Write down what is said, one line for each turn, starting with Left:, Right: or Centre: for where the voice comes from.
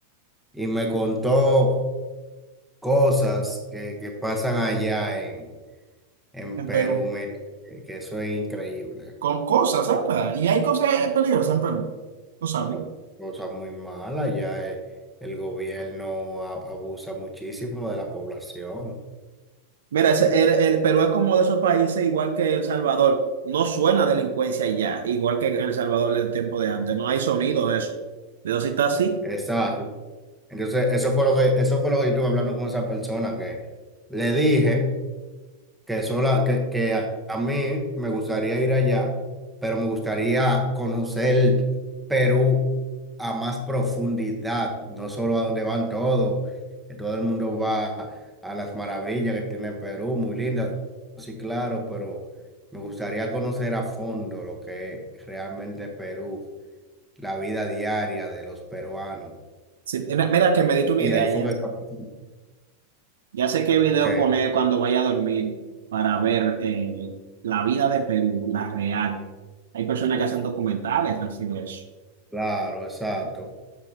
Centre: y me contó cosas que, que pasan allá en, en
Right: en
Centre: Perú.
Right: Perú,
Centre: Mira, que, que eso es increíble.
Right: con cosas, ¿sabes? Y hay cosas peligrosas en Perú, no sabía.
Centre: Pero cosas muy malas. Allá el, el gobierno a- abusa muchísimo de la población.
Right: Mira, ese-
Centre: Y-
Right: el, el Perú es como de esos países igual que El Salvador, no suena delincuencia ya, igual que en El Salvador del tiempo de antes, no hay sonido de eso. Pero si está así.
Centre: Exacto. Entonces, eso fue lo que, eso fue lo que yo estuve hablando con esa persona que le dije que sola, que, que a, a mí me gustaría ir allá, pero me gustaría conocer Perú a más profundidad, no solo a donde van todos, que todo el mundo va a las maravillas que tiene Perú, muy lindas, sí, claro, pero me gustaría conocer a fondo lo que es realmente Perú, la vida diaria de los peruanos.
Right: Sí, mira, mira que me diste una
Centre: Y
Right: idea
Centre: ahí fue
Right: ya.
Centre: que esa persona-
Right: Ya sé qué video
Centre: que
Right: poner cuando vaya a dormir para ver eh, la vida de Perú, la real. Hay personas que hacen documentales así de eso.
Centre: Claro, exacto.